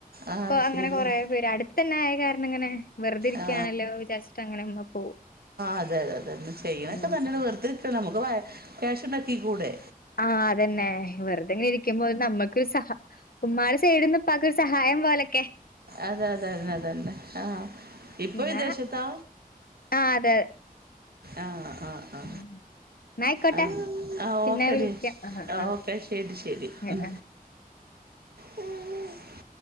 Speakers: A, on the right; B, on the left.
A: ആ
B: ഇപ്പൊ അങ്ങനെ
A: ശരിയാണ്
B: കൊറേ പേര് അടുത്തന്നെ കേർണ ഇങ്ങനെ വെറുതെ ഇരിക്കുകയാണല്ലോ
A: അ
B: വിചാരിച്ചിട്ട് അങ്ങനെ ഉമ്മ പോവും.
A: അതെ അതെ തെ ചെയ്യുന്നതൊക്കെ
B: ഉം
A: നല്ലതന്നെ നമ്മുക്ക് ക്യാഷ് ഉണ്ടാക്കികൂടെ
B: ആഹ് അതന്നെ വെറുതെങ്ങെനെ ഇരിക്കുമ്പോ നമ്മക്ക് ഉമ്മാര് ചെയ്യുന്നത് ഉപ്പാക്ക് സഹായം പോലെ
A: അത അതെന്നെ അതന്നെ ആഹ ഇപ്പൊ
B: എന്നാ
A: വിദേശത്താ
B: ആ അതെ അതെ
A: ആഹ അ
B: ഉം. എന്നാ ആയിക്കോട്ടെ
A: അ അ അ
B: പിന്നെ
A: ഓക്കെ
B: വിളിക്കാം
A: ഡി
B: ആ ആ
A: ഓക്കെ ശരി ശരി
B: ആ
A: മ്
B: ആ.
A: മ്